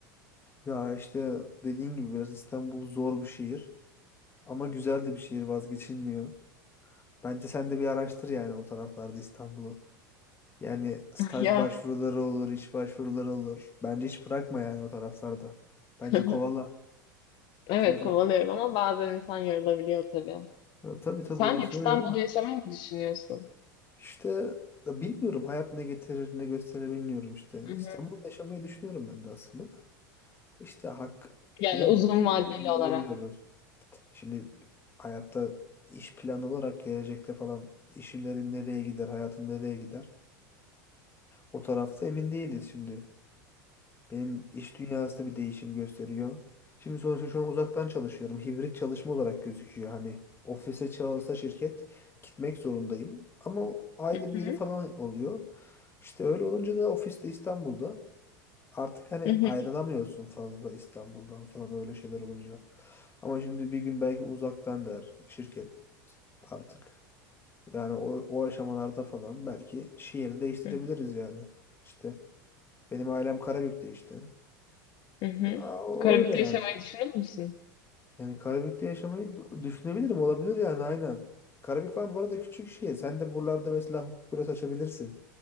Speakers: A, on the left; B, on the left.
A: Ya işte dediğin gibi biraz İstanbul zor bir şehir ama güzel de bir şehir vazgeçilmiyor. Bence sen de bir araştır yani o taraflarda İstanbul'u. Yani staj
B: <laughs> Ya
A: başvuruları olur, iş başvuruları olur. Bence hiç bırakma yani o taraflarda. Bence
B: <laughs>
A: kovala.
B: evet
A: Çünkü
B: kovalıyorum ama bazen insan yorulabiliyor tabii.
A: Ya tabii tabii
B: Sen
A: orası
B: hep İstanbul'da
A: öyle.
B: yaşamayı mı düşünüyorsun?
A: İşte ya bilmiyorum hayat ne getirir ne gösterir bilmiyorum işte.
B: Hı hı.
A: İstanbul'da yaşamayı düşünüyorum ben de aslında. da. İşte hak
B: Yani
A: bilemiyoruz.
B: uzun vadeli
A: Geleceği
B: olarak.
A: bilemiyoruz. Şimdi hayatta iş planı olarak gelecekte falan işlerim nereye gider, hayatım nereye gider? O tarafta emin değiliz şimdi. Benim iş dünyası da bir değişim gösteriyor. Şimdi sonuçta şu an uzaktan çalışıyorum. Hibrit çalışma olarak gözüküyor. Hani ofise çağırsa şirket gitmek zorundayım. Ama ayda
B: Hı
A: biri
B: hı.
A: falan oluyor. İşte öyle olunca da ofiste İstanbul'da artık hani
B: Hı hı.
A: ayrılamıyorsun fazla İstanbul'dan falan öyle şeyler olunca. Ama şimdi bir gün belki uzaktan der şirket artık. Yani o, o aşamalarda falan belki şehri değiştirebiliriz
B: Hı
A: yani. İşte benim ailem Karabük'te işte.
B: hı.
A: Aa,
B: Karabük'te
A: öyle yani.
B: yaşamayı düşünür müsün?
A: Yani Karabük'te yaşamayı d- düşünebilirim. Olabilir yani aynen. Karabük falan bu arada küçük şehir. Sen de buralarda mesela hukuk bürosu açabilirsin.